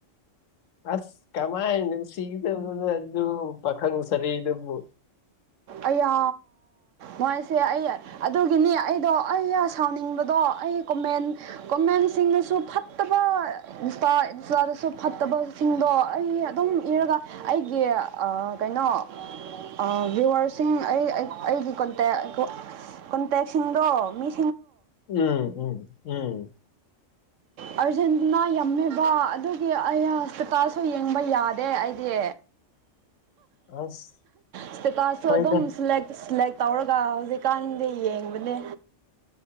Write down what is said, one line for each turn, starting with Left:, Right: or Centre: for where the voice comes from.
Left: ꯑꯁ ꯀꯃꯥꯏꯅ ꯁꯤꯗꯅ ꯑꯗꯨ ꯄꯥꯈꯪ ꯁꯥꯔꯩꯗꯨꯕꯨ
Right: ꯑꯌꯥ ꯃꯣꯏꯁꯦ ꯑꯩ ꯑꯗꯨꯒꯤꯅꯤ ꯑꯩꯗꯣ ꯑꯩꯩꯌꯥ ꯁꯥꯎꯅꯤꯡꯕꯗꯣ ꯑꯩ ꯀꯣꯃꯦꯟ ꯀꯣꯃꯦꯟ ꯑꯩꯁꯤꯡꯅꯁꯨ ꯐꯠꯇꯕ ꯏꯟꯁꯇꯥ ꯏꯟꯁꯇꯥꯗꯁꯨ ꯐꯠꯇꯕꯁꯤꯡꯗꯣ ꯑꯩ ꯑꯗꯨꯝ ꯏꯔꯒ ꯑꯩꯒꯤ ꯑꯥ ꯀꯩꯅꯣ ꯑꯥ ꯚꯤꯌ꯭ꯋꯔꯁꯤꯡ ꯑꯩ ꯑꯩꯒꯤ ꯀꯣꯟꯇꯦꯛ ꯀꯣꯟꯇꯦꯛꯁꯤꯡꯗꯣ ꯃꯤ
Left: ꯎꯝ ꯎꯝ ꯎꯝ
Right: ꯑꯥꯔꯖꯦꯟꯇꯤꯅꯥ ꯌꯥꯝꯃꯦꯕ ꯑꯗꯨꯒꯤ ꯑꯌꯥ ꯁꯄꯤꯇꯥꯜꯁꯨ ꯌꯦꯡꯕ ꯌꯥꯗꯦ ꯑꯩꯗꯤ
Left: ꯑꯁ
Right: ꯁꯄꯤꯇꯥꯜꯁꯨ
Left: ꯍꯣꯏꯗ
Right: ꯑꯗꯨꯝ ꯁꯦꯂꯦꯛ ꯁꯦꯂꯦꯛ ꯇꯧꯔꯒ ꯍꯧꯖꯤꯛꯀꯥꯟꯗꯤ ꯌꯦꯡꯕꯅꯦ